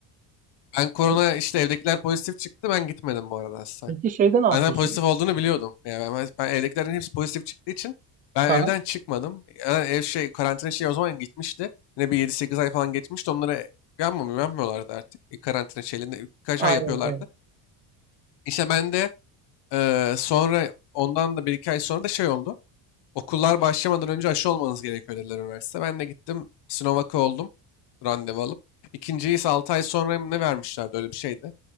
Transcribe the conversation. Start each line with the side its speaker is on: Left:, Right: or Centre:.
Left: Ben korona
Right: E,
Left: işte evdekiler pozitif çıktı. Ben gitmedim bu arada hastaneye.
Right: Peki şeyde ne yapıyorsun?
Left: Ben zaten pozitif olduğunu biliyordum. Yani ben, ben evdekilerin hepsi pozitif çıktığı için ben
Right: Aha,
Left: evden çıkmadım. Yani ev şey karantina şey o zaman gitmişti. Yine bir yedi sekiz ay falan geçmişti. Onlara yapmamıyor, yapmıyorlardı artık. E, karantina şeylerini birkaç
Right: aynen
Left: ay yapıyorlardı.
Right: aynen.
Left: İşte ben de e, sonra ondan da bir iki ay sonra da şey oldu. Okullar başlamadan önce aşı olmanız gerekiyor dediler üniversite. Ben de gittim Sinovac'a oldum randevu alıp. İkinciyi ise 6 ay sonra mı ne vermişlerdi öyle bir şeydi